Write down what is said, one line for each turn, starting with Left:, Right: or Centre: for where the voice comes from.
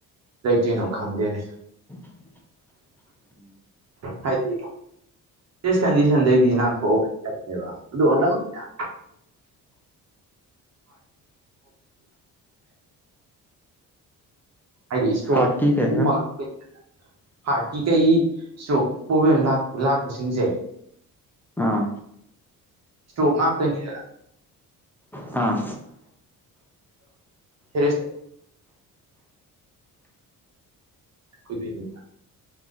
Right: ꯂꯩꯇꯣꯏꯅꯣ ꯈꯪꯗꯦꯅꯦ
Centre: <inaudible>
Right: ꯍꯥꯏꯗꯤ ꯀꯟꯗꯤꯁꯟꯗꯩꯗꯤ ꯉꯟꯊꯑꯒꯕ ꯑꯗꯨ ꯍꯥ ꯇꯄꯒ ꯍꯥꯏꯗꯤ ꯏꯁꯇ꯭ꯔꯣꯛ
Centre: ꯍꯥꯔꯠꯀꯤ ꯀꯩ ꯍꯥꯏꯕ
Right: ꯎꯨꯡ ꯃꯉ ꯍꯥꯔꯠꯀꯤ ꯀꯩ ꯏꯁꯇ꯭ꯔꯣꯛ ꯄ꯭ꯔꯣꯕ꯭ꯂꯦꯝ ꯂꯥꯛꯄꯁꯤꯡꯁꯦ
Centre: ꯑꯥ
Right: ꯏꯁꯇꯣꯣꯛ ꯉꯥꯛꯇꯅꯤ
Centre: ꯑꯥ
Right: ꯐꯔꯁ ꯀ